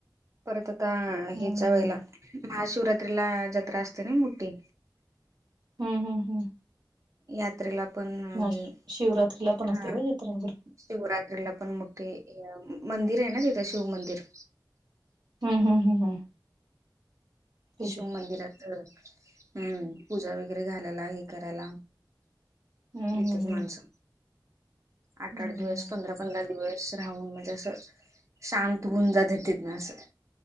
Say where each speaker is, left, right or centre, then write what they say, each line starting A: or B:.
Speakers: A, on the right; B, on the right.
A: परत आता
B: हम्म
A: ह्याच्या वेळेला
B: हम्म
A: महाशिवरात्री ला जत्रा असते ना मोठी
B: हम् हम् हम्
A: यात्रेला पण
B: म
A: हे
B: शिवरात्रीला पण
A: हा
B: असते व्हय यात्र भर
A: शिवरात्रीला पण मोठे मंदिर आहे ना तिथं शिव मंदिर
B: हूं हूं हूं हम्म त्याची
A: शिव मंदिरात अ पूजा वगैरे घालायला हे करायला.
B: हम्म हम्म
A: येत्यात माणस आठ
B: हम्म
A: आठ दिवस
B: हम्म
A: पंधरा पंधरा दिवस राहून म्हणजे असं शांत होऊन जाते तिथ ना असं